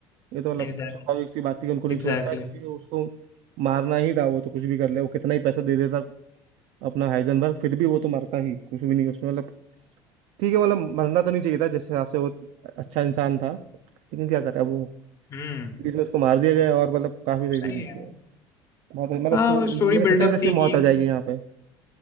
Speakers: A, on the right; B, on the left.
A: ये तो मतलब
B: Exactly
A: स्वाभाविक सी बात थी कि उनको नहीं
B: exactly
A: छोड़ता इसलिए उसको मारना ही था वो तो कुछ भी कर ले वो कितना ही पैसा दे देता अपना हाइजेनबर्ग फिर भी वो तो मरता ही कुछ भी नहीं उसमें मतलब ठीक है मतलब मरना तो नहीं चाहिए था जिस हिसाब से वो अच्छा इंसान था लेकिन क्या करे अब वो
B: हम्म
A: सीरीज में उसको मार दिया गया और मतलब काफी सही
B: सही
A: सीरीज
B: है
A: थी बहुत मतलब
B: हाँ
A: उसको
B: वो
A: मैंने
B: स्टोरी बिल्डअप
A: सोचा नहीं था
B: थी
A: कि
B: कि
A: मौत आ जाएगी यहाँ पे